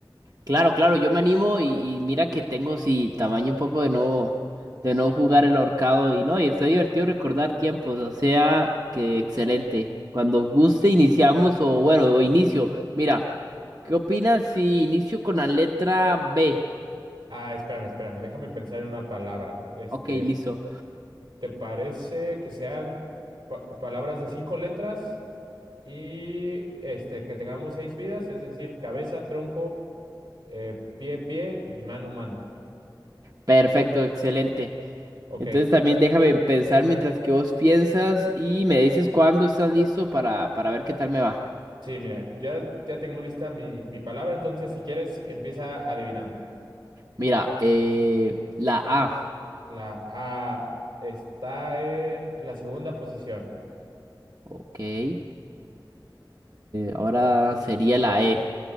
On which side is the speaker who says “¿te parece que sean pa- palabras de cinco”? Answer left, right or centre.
Right